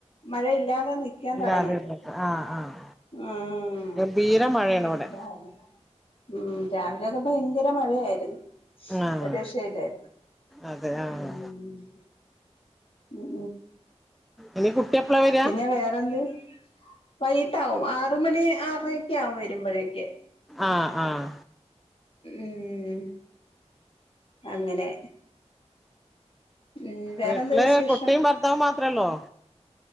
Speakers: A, on the left (about 55°); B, in the centre.
A: മഴയില്ലാതെ നിക്കാൻ
B: ഇല്ലാതിരുന്നിട്ട്
A: തൊടങ്ങിയിട്ട്
B: ആഹ് ആഹ്
A: ഉം
B: ഗംഭീര മഴയാണ് ഇവിടെ
A: <unintelligible> ഉം രാവിലെയൊക്കെ ഭയങ്കര മഴയായിരുന്നു
B: ആഹ്
A: ഒരു രക്ഷയില്ലായിരുന്നു
B: അതെ ആഹ്
A: ഉം ഉം
B: ഇനി കുട്ടി എപ്പളാ വരിക
A: പിന്നെ വേറെന്ത് വൈകിട്ട് ആവും ആറു മണി ആറര ഓക്കേ ആവും വരുമ്പോഴേക്ക്
B: ആഹ് ആഹ്
A: ഉം അങ്ങനെ ഉം വേറെന്താ
B: വീട്ടില്
A: വിശേഷം
B: കുട്ടിയും ഭർത്താവും മാത്രേ ഉള്ളോ